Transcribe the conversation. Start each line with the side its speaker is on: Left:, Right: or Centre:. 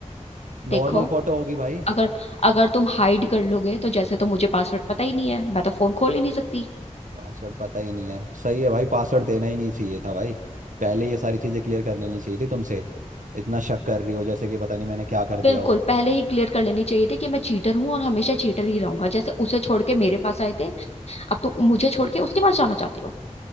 Left: देखो
Right: नॉर्मल फोटो होगी भाई
Left: अगर अगर तुम हाइड कर लोगे तो जैसे तो मुझे पासवर्ड पता ही नहीं है मैं तो फोन खोल ही नहीं सकती
Right: पासवर्ड पता ही नहीं है सही है भाई पासवर्ड देना ही नहीं चाहिए था भाई पहले ये सारी चीजें क्लियर करनी नहीं चाहिए थी तुमसे इतना शक कर रही हो जैसे कि पता नहीं मैंने क्या कर दिया
Left: बिल्कुल
Right: हो
Left: पहले ही क्लियर कर लेनी चाहिए थी कि मैं चीटर हूं और हमेशा चीटर ही रहूंगा जैसे उसे छोड़ के मेरे पास आए थे अब तुम मुझे छोड़ के उसके पास जाना चाहते हो